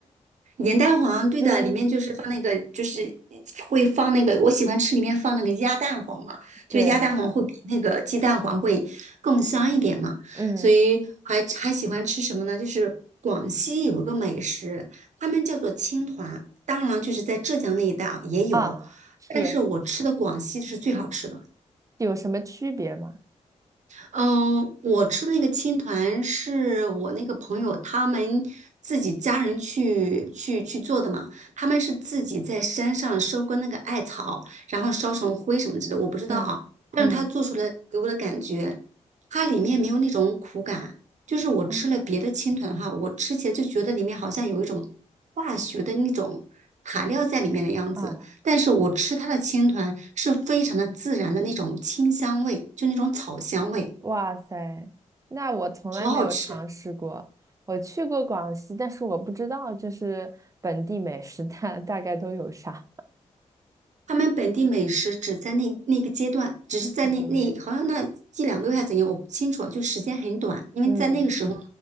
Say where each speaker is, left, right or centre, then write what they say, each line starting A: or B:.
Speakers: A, on the right; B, on the right.
A: 盐蛋黄，对的，
B: 嗯，
A: 里面就是放那个，就是会放那个，我喜欢吃里面放那个鸭蛋黄嘛，
B: 对，
A: 就是鸭蛋黄会比那个鸡蛋黄会更香一点嘛，
B: 嗯
A: 所以还还喜欢吃什么呢？就是广西有一个美食，他们叫做青团，当然了就是在浙江那一带啊也有，
B: 啊是。
A: 但是我吃的广西是最好吃的。
B: 有什么区别吗？
A: 嗯，我吃的那个青团是我那个朋友他们自己家人去去去做的嘛，他们是自己在山上收割那个艾草，然后烧成灰什么之类的，我不知道啊，
B: 嗯嗯，
A: 但是他做出来给我的感觉，它里面没有那种苦感，就是我吃了别的青团的话，
B: 啊
A: 我吃起来就觉得里面好像有一种化学的那种材料在里面的样子。
B: 啊，
A: 但是我吃它的青团是非常的自然的那种清香味，就那种草香味。
B: 哇塞，那我从来没有尝试过。
A: 好好吃。
B: 我去过广西，但是我不知道就是本地美食大大概都有啥。
A: 他们本地美食只在那那个阶段，只是在那那好像那一两个月还怎样，
B: 嗯
A: 我不清楚啊，就时间很短，因为在那个时候呢，
B: 嗯